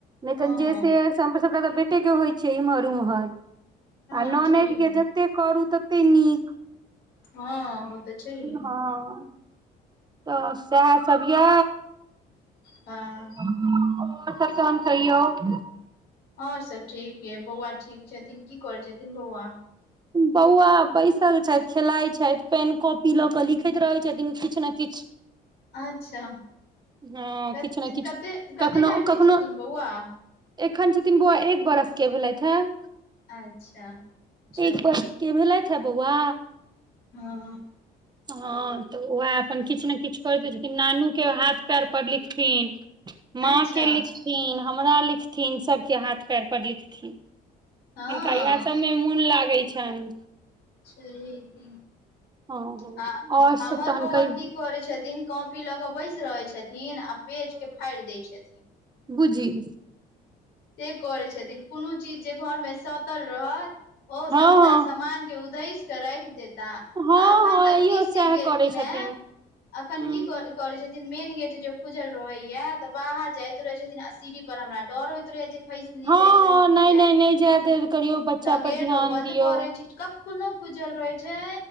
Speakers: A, on the right; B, on the left.
A: नइ
B: हँ
A: तऽ जेस
B: हँ
A: सबटा तऽ बेटे के होइ छै एमहर उम्हर आ
B: हँ
A: ननैद
B: छैहे
A: के जते करू तते नीक
B: हँ ओ तऽ छैहे
A: हँ तऽ सएह सब ये
B: हँ
A: <inaudible>
B: ओर सब ठीक ये बौआ ठीक छथिन की करै छथिन बौआ
A: बौआ बैसल छइथ खेलाइ छइथ पेन कॉपी लऽ क लिखैत रहै छथिन किछ न किछ
B: अच्छा
A: हँ
B: कत
A: किछ न किछ
B: कते कते
A: कखनो
B: टाइम
A: कखनो
B: के छथिन बौआ
A: एखन छथिन बौआ एक बरस के भेलथि हेँ
B: अच्छा चलू
A: एक बरस के भेलाइथ ह बौआ
B: हँ
A: हँ तऽ उएह अपन किछ न किछ करैत छथिन नानू के हाथ पैर पर लिखथिन माँ
B: अच्छा
A: के लिख थिन हमरा लिखथिन सबके हाथ पैर पर लिखथिन
B: हँ
A: हिनका इएह सब मे मोन लागै छनिय
B: छहिये कि
A: हँ
B: हँ
A: आओर
B: हमर
A: सब तहन
B: बौआकी
A: कहियौ
B: की करे छथिन कॉपी लऽ के बैस रहे छथिन आ पेज के फाड़ि दय छथिन
A: बुझियो
B: से करैत छथिन कोनो चीज जे घरमे साटल रहत ओ सबटा
A: हँ हँ
B: समान के उधैस कऽ राखि देत त
A: हँ
B: आ एखन तऽ
A: हँ इहो
B: की सीख
A: सएह
B: गेलखिन
A: करै छथिन
B: हे अखन
A: हूँ
B: की कर करे छथिन मेन गेट जो खुजल रहेया तऽ बाहर जायइत रहे छथिन आ सीढ़ी पर हमरा डर होयत खेस नेय
A: हँ
B: जाय खइसनै
A: हँ नहि
B: जाई
A: नहि
B: त
A: नहि जाय देल करियौ बच्चा पर
B: गेट
A: ध्यान
B: ओ बन्द
A: दियौ
B: करै छी कखनो खूजल रहै छै